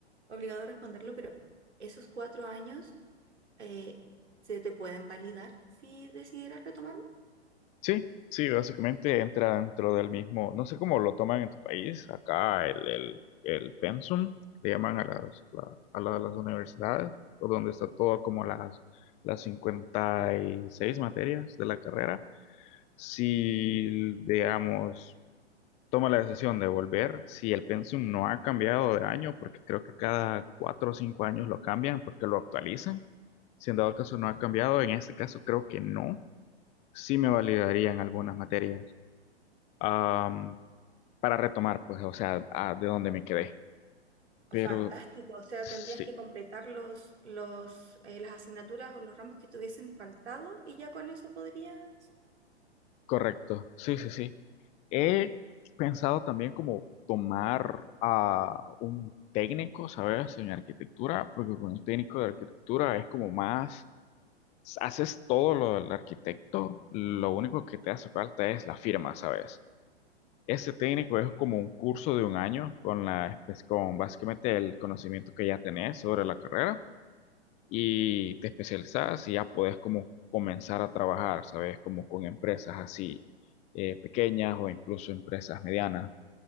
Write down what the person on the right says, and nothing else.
obligado a responderlo, pero esos cuatro años eh, se te pueden validar si decidieras retomar.
Fantástico, o sea,
tendrías que completar los, los, eh, las asignaturas o los ramos que te hubiesen faltado y ya con eso podrías...